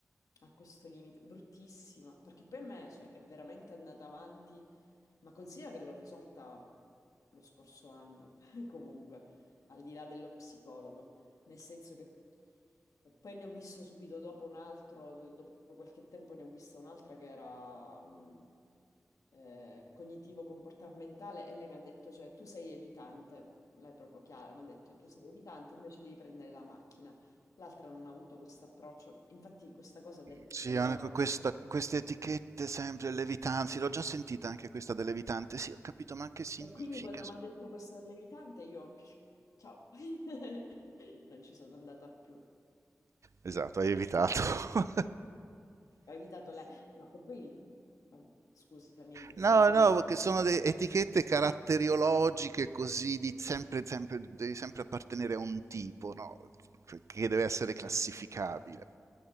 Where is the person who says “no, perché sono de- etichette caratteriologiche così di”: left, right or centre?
Right